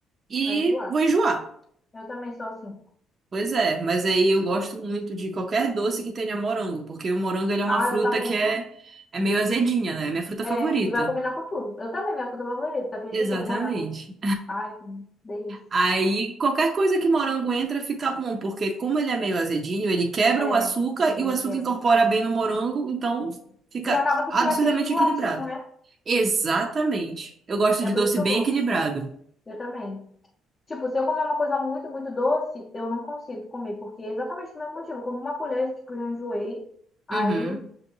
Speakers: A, on the right; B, on the left.
A: e
B: vai enjoar.
A: vou enjoar.
B: Eu também sou assim.
A: Pois é, mas aí eu gosto muito de qualquer doce que tenha morango, porque o morango ele é uma
B: Ah,
A: fruta
B: eu também.
A: que é, é meio azedinha, né? É minha fruta favorita.
B: É, e vai combinar com tudo. Eu também, minha fruta favorita, tu acredita?
A: Exatamente.
B: É morango. Ai, que delícia.
A: Aí qualquer coisa que morango entra fica bom, porque como ele é meio azedinho, ele quebra
B: É,
A: o açúcar
B: ele
A: e o açúcar
B: quebra.
A: incorpora bem no morango, então fica
B: E acaba que
A: absurdamente
B: tira aquele enjoativo,
A: equilibrado.
B: né?
A: Exatamente. Eu gosto
B: É
A: de
B: por
A: doce
B: isso que
A: bem
B: eu gosto.
A: equilibrado.
B: Eu também. Tipo, se eu comer uma coisa muito, muito doce, eu não consigo comer, porque é exatamente o mesmo motivo. Eu Como uma colher, tipo, já enjoei, aí,
A: Uhum,